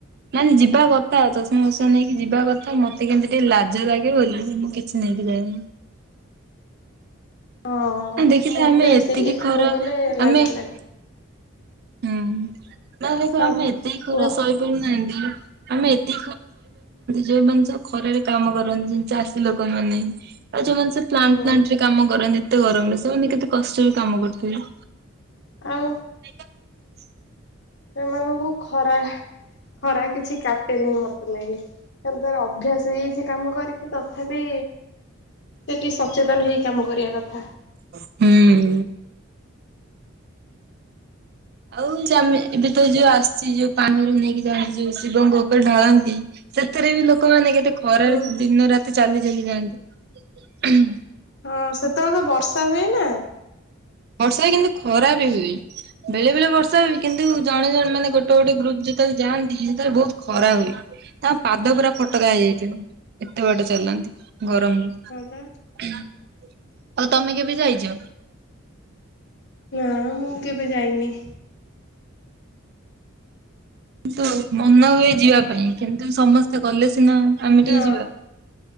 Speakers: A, on the right; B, on the left.
A: ନାଇଁ ନାଇ ଯିବା କଥା ଚଷମା ଫଷମା ନେଇକି ଯିବା କଥା ମତେ କେମିତି ଟିକେ ଲାଜ ଲାଗେ ବୋଲି ମୁଁ ସେ ନେଇକି ଯାଏନି।
B: ହଁ <unintelligible>
A: ଦେଖିଲେ
B: ମତେ
A: ଆମେ
B: ବି
A: ଏତିକି
B: ସେଇ ଏ ପାଖକୁ
A: ଖରା
B: ଗଲେ ଲାଜ
A: ଆମେ <unintelligible>
B: ଲାଗେ।
A: ହୁଁ
B: ହଁ
A: ଆମେ ଏତିକି ଖରା
B: କୁହ
A: ସହିପାରୁନାହାନ୍ତି। ଯୋଉମାନେ ଯୋଉ ଖରାରେ କାମ କରନ୍ତି, ଚାଷୀ ଲୋକମାନେ। ଆଉ ଯୋଉମାନେ ସେ ପ୍ଲାଣ୍ଟ
B: ହୁଁ।
A: ଫ୍ଲାଣ୍ଟରେ କାମ କରନ୍ତି, ଏତେ ଗରମରେ ସେମାନେ କେତେ କଷ୍ଟରେ କାମ କରୁଥିବେ।
B: ଆଉ।
A: ଆଟା <unintelligible>
B: ସେମାନଙ୍କୁ ଖରା ଖରା କିଛି କାଟେନି ମତେ ଲାଗେ। ତାହାଲେ ତୋର ଅଭ୍ୟାସ ହେଇଯାଇଛି କାମ କରି। ସେ ତଥାପି, ସେ ଟିକେ ସଚେତନ ହେଇ କାମ କରିବା କଥା।
A: ହୁଁ <unintelligible> ଆଉ ଚା ଏବେ ତ ଯୋଉ ଆସିଛି। ଯୋଉ ପାଣି ନେଇକି ଯାଆନ୍ତି। ଯୋଉ ଶିବଙ୍କ ଉପରେ ଢାଳନ୍ତି ସେଥିରେ ବି ଲୋକମାନେ କେତେ ଖରାରେ
B: ହୁଁ
A: ଦିନ ରାତି ଚାଲି ଚାଲି ଯାଆନ୍ତି।
B: ହଁ, ସେତେବେଳେ ତ ବର୍ଷା ହୁଏ ନା।
A: ବର୍ଷା କିନ୍ତୁ ଖରା ବି ହୁଏ। ବେଳେ ବେଳେ ବର୍ଷା ହୁଏ। କିନ୍ତୁ ଜଣେ ଜଣ ମାନେ ଗୋଟେ ଗୋଟେ ଗ୍ରୁପ ଯେତେବେଳେ ଯାଆନ୍ତି, ସେତେବେଳେ ବହୁତ ଖରା ହୁଏ। ତାଙ୍କ ପାଦ ପୁରା ଫୋଟକା ହେଇଯାଇଥିବ। ଏତେ ବାଟ ଚାଲନ୍ତି ଗରମରେ‌।
B: ହଁ, ପା।
A: ହଁ। <unintelligible> ଆଉ ତମେ କେବେ ଯାଇଚ?
B: ନା, ମୁଁ କେବେ ଯାଇନି।
A: କିନ୍ତୁ ମନ ହୁଏ ଯିବା ପାଇଁ, କିନ୍ତୁ ସମସ୍ତେ ଗଲେ ସିନା ଆମେ
B: ହଁ
A: ଟିକେ ଯିବା।